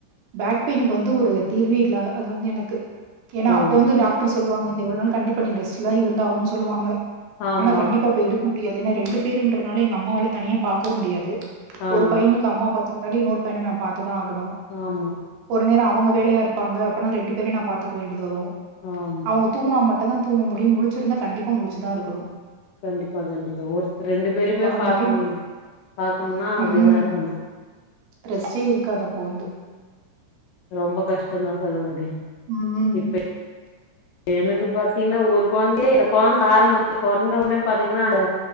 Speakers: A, on the right; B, on the left.
A: பேக் பெயினுக்கு வந்து ஒரு தீர்வே இல்ல அது வந்து எனக்கு ஏன்னா
B: ஓ
A: அப்போ வந்து டாக்டர் சொல்வாங்க இந்த இவ்ளோ நாள் கண்டிப்பா நீங்க ரெஸ்ட்லா இருந்தாகன்னு சொல்லுவாங்க
B: ஆமா
A: ஆனா கண்டிப்பா அப்ப எடுக்க முடியாது ஏனா ரெண்டு பேருன்றனால எங்க அம்மாவால தனியா பாக்கவு முடியாது
B: ஆமா
A: ஒரு பையனுக்கு அம்மா பாத்துக்கிட்டாலு இன்னொரு பையன நா பாத்துதா ஆகணு
B: ஆமா
A: ஒரு நேரோ அவங்க வேலையா இருப்பாங்க அப்பனா ரெண்டு பேரயு நா பாத்துக்க வேண்டியது வரு
B: ஆம்
A: அவங்க தூங்குனா மட்டுந்தா தூங்க முடியு முழிச்சிருந்தா கண்டிப்பா முழிச்சுதா இருக்கணு
B: கண்டிப்பா கண்டிப்பா ஒருத்தர் ரெண்டு பேருமே
A: அந்த
B: பாக்கனு
A: டைம்
B: பாக்கணுனா அப்டிதா
A: ம்.
B: இருக்கணு
A: ரெஸ்ட்டே இருக்காது அப்ப வந்து
B: ரொம்ப கஷ்டந்தா சகோதரி
A: ம்.
B: இப்ப எனக்கு பாத்தீங்கன்னா ஒரு கொழந்தையே எனக் கொழந்த ஆரம்பத்துல பொறந்தோனே பாத்தீங்கன்னா அது